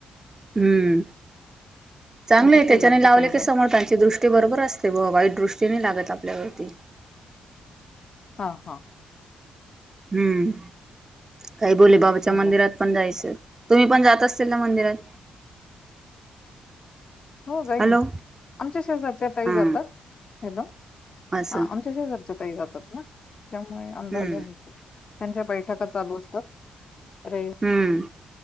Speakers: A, on the right (about 25°); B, on the left (about 45°).
A: हम्म चांगले
B: आमच्या
A: आहे
B: शेजारच्या
A: त्याच्याने लावले
B: ताई जातात
A: की समर्थांची दृष्टी बरोबर असते व वाईट दृष्टीने लागत आपल्यावरती
B: हा हा
A: हम्म काय बोलले बाबाच्या
B: चांगलं
A: मंदिरात
B: आहे.
A: पण जायचं. तुम्ही पण जात असतील ना मंदिरात
B: हो जाईन
A: हॅलो
B: ना आमच्या शेजारच्या ताईं
A: हा
B: जातात हॅलो
A: असं
B: हा आमच्या शेजारच्या ताईं जातात ना त्यामुळे अंदाज
A: हम्म
B: आहे त्यांच्या पै ट्रका चालू असतात अरे
A: हम्म